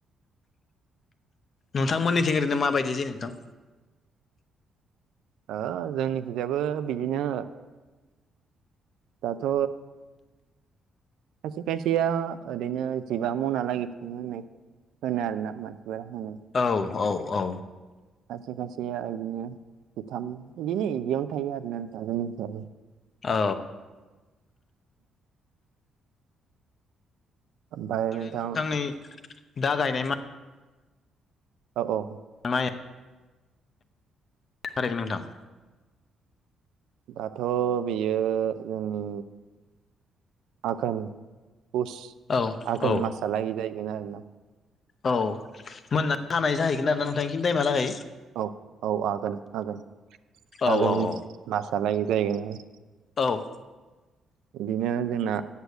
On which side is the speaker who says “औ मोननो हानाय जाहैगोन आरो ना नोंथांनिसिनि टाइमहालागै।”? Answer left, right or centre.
Left